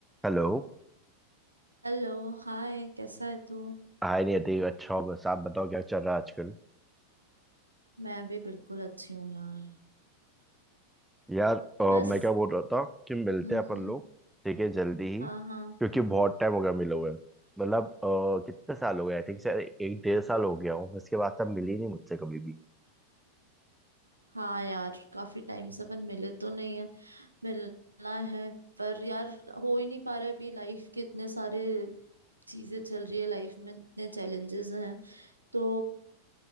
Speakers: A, in the centre; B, on the right (about 85°).
A: Hello
B: Hello hi कैसा है तू
A: hi Niyati अच्छा हो बस आप बताओ क्या चल रहा है आजकल
B: मैं भी बिल्कुल अच्छी हूँ यार
A: यार अ,
B: बस
A: मैं क्या बोल रहा था कि मिलते
B: हम्म
A: हैं अपन
B: हम्म
A: लोग ठीक है जल्दी ही
B: हाँ
A: क्योंकि
B: हाँ
A: बहुत टाइम हो गया मिले हुए मतलब अ, कितने साल हो गए आई थिंक शायद एक डेढ़ साल हो गया हूँ उसके बाद से आप मिली नहीं मुझसे कभी भी
B: हाँ यार काफी टाइम से अपन मिले तो नहीं है मिलना है पर यार हो ही नहीं पा रहा है अभी लाइफ के इतने सारे चीजें चल रही है लाइफ में इतने चैलेंजेस हैं तो